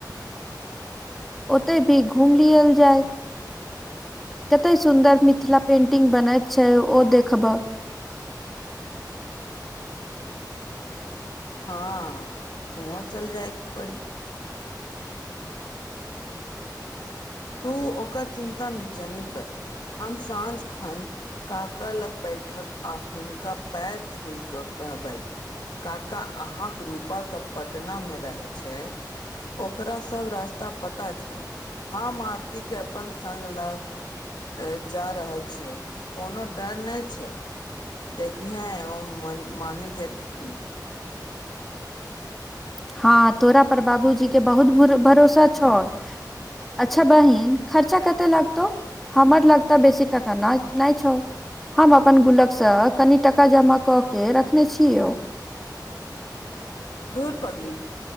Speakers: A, in the centre; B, on the left.
A: ओते भी घूम लियल जाय कते सुन्दर मिथिला पेंटिंग बनैत छै ओ देखबह
B: हँ हुओ चल जाय पड़ी तू ओकर चिन्तान जनी नेकर हम साँझ खन काका लग बैठक आ हुनका पैर छुई कऽ कहबै काका अहाँ कऽ रूपा तऽ पटना में रहे छै ओकरा सब रास्ता पता छै हम आरती कऽ अपन सङगलक जा रहल छियै कोनो डर नहि छै देखियेहेन ओ म मानि जेतखिन
A: हँ तोरा पर बाबूजी कऽ बहुत भरोसा छौ अच्छा बहिन खर्चा कते लागतौ हमर लगताे बेसी टाका न नहि छौ हम अपन गुलक सऽ कनि टका जमा कऽ कऽ रखने छीयौ
B: धूर पगली